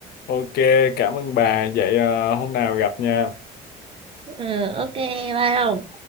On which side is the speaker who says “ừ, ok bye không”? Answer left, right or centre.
Right